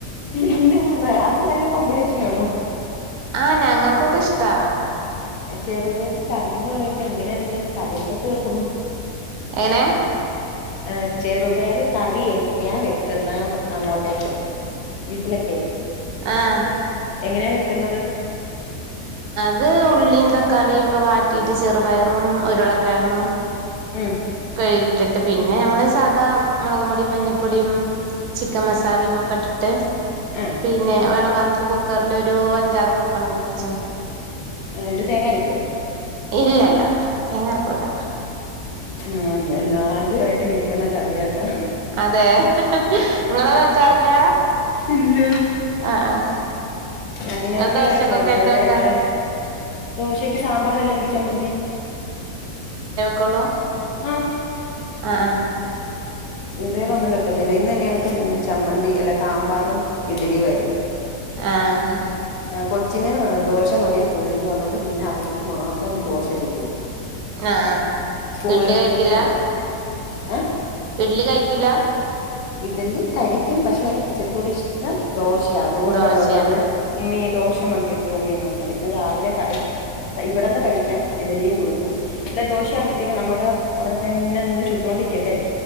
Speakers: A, on the left; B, on the right.
A: ഇല്ല അത് നല്ല കോമ്പിനേഷനാണോ
B: ആ ഞങ്ങക്കൊക്കെ ഇഷ്ടാ
A: ചെറുപേർ കറിന്ന് പറയുമ്പോ എങ്ങനെയാ നിങ്ങള് കറീനേ ചേർക്കുന്നെ
B: ഏങ്ങനെ
A: ആ ചെറുപയറ് കറി എങ്ങനെയാ വെക്കുന്നേന്ന് അങ്ങോട്ടേക്ക് വീട്ടിലൊക്കെ
B: ആഹ്
A: എങ്ങനെയാ വെക്ക് ന്നത്
B: അത് ഉള്ളീം തക്കാളി ഒക്കെ വാട്ടീട്ട് ചെറുപയറും ഉരുളക്കെഴങ്ങും
A: ഉം
B: കഴുകിട്ടിട്ട് പിന്നെ നമ്മള് സാധാ മുളകും പൊടീം മഞ്ഞപൊടീം ചിക്കൻ മസാ സാലിം ഒക്കെ ഇട്ടിട്ട്
A: ആഹ്
B: പിന്നെ വെള്ളം പാർന്നിട്ട് കുക്കറില് ഒരു അഞ്ചാറ് കൂക്കാണ് കൂക്കിച്ചും
A: എന്നിട്ട് തേങ്ങ അരക്കോ
B: ഇല്ലല്ല തേങ്ങ രക്കൂല
A: ആ ഞാൻ ആദ്യായിട്ട് കേ ക്ക്ന്ന കറിയാട്ടോ
B: അതെ ഇങ്ങള് വെക്കാറില്ല
A: ഇല്ല
B: ആഹ് ആഹ്
A: ഞങ്ങക്ക്
B: ഇങ്ങള് ദോശക്കൊക്കെ
A: ചെറുപേറ്
B: എന്താ വെക്കാ
A: ഞങ്ങള് ദോശക്ക് സാമ്പാറ് അല്ലെങ്കി ചമ്മന്തി
B: ക്കളോ
A: ആഹ്
B: അ ആ
A: ഇന് വേറൊന്നും വെക്കത്തില്ല ഇന്ന് ഞങ്ങക്ക് ചമ്മന്തി അല്ല സാമ്പാറും ഇഡ്ലി വായിരുന്നു
B: ആഹ്
A: ആ കൊച്ചിന് ദോശ മതി സ്കൂളിന്ന് വന്നോണ്ട് പിന്നെ അവനിക്ക് മാത്രം ദോശ ചുട്ട് കൊടുത്തു
B: ആ ആ
A: സ്കൂളിലത്തേക്ക്
B: ഇഡ്ലി കഴിക്കില്ല
A: കൊണ്ട് ഏ
B: ഇഡ്ലി കഴിക്കില്ല
A: ഇഡലി കഴിക്കും പക്ഷെ ഇച്ചിരി കൂടി ഇഷ്ടം ദോശയാ അതുകൊണ്ട്
B: ദോശയാണ്
A: എന്നോട് പറഞ്ഞ് ഉമ്മീ ദോശ മതീട്ടോ ഉമ്മിന്ന് പറഞ്ഞു പിന്നെ രാവിലെ കഴ ഇവിടെന്ന് കഴിക്കാൻ ഇഡലിയും കൊടുത്തു അല്ല ദോശയാകുമ്പോഴത്തേക്ക് നമ്മള് അവിടെ തന്നെ നിന്ന് ചുട്ടോ ണ്ടിക്കണ്ടേ